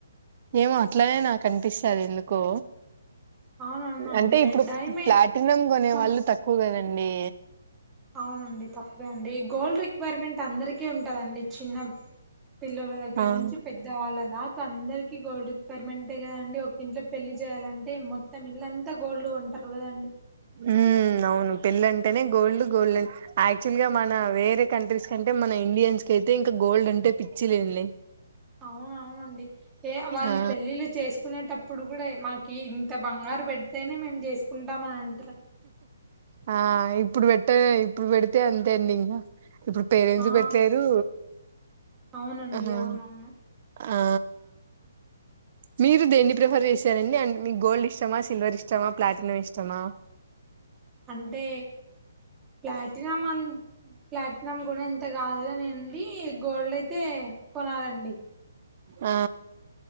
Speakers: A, on the right; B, on the right.
A: ఏమో
B: అవునండి
A: అట్లనే నాకు అనిపిస్తది ఎందు కో
B: అవునవునండి
A: అంటే ఇప్పుడు
B: డైమండ్
A: ప్లాటినమ్ కొనే
B: మనం
A: వాళ్ళు తక్కువ కదం నే
B: అవునండి తక్కువే అండి గోల్డ్ రిక్వైర్మెంట్ అందరికి ఉన్ ఉంటదండీ చిన్న పిల్లల దగ్గర
A: ఆ
B: నుంచి పెద్దవాళ్ళ దాక్ అందరికి గోల్డ్ పర్మెంటె కదా అండి ఒక ఇంట్ల పెళ్లి చేయాలంటే మొ త్తం ఇల్లు అంతా గోల్డ్ కొంటరు కదండి
A: ఉమ్ అవును పెళ్ళంటనే గోల్డ్ గోల్డ్ ఆన్ యాక్చువల్ గా మన వేరే కంట్రీస్ కంటే మన ఇండియన్స్ కైతే ఇంకా గోల్డ్ అంటే పిచ్చి లేంలే
B: అవునవునండి ఏ వాళ్ళు
A: ఆ
B: పెళ్ళిలు చేసుకునేటప్ ఇప్పుడు కూడా మాకి ఇంత బంగారు పెడితేనే మేము చేసుకుంటాం అని అం
A: ఆ ఇప్పుడు పెట్ట ఇప్పుడు పెడితే అంతే అండి ఇంగా ఇప్పుడు పేరెంట్స్
B: ఆ
A: పెట్లేరు
B: అవునండి
A: ఆహా
B: అవునవును
A: ఆ మీరు దేన్ని ప్రిఫర్ చేసారండి అండి అన్ మీ గోల్డ్ ఇష్టమా, సిల్వర్ ఇష్టమా, ప్లాటినమ్ ఇష్టమా
B: అంటే ప్లాటిినమ్ అన్ ప్లట్ నం కూడా ఇంత కాదుగానిండి. గోల్డ్ అయితే కొనాలండి.
A: ఆ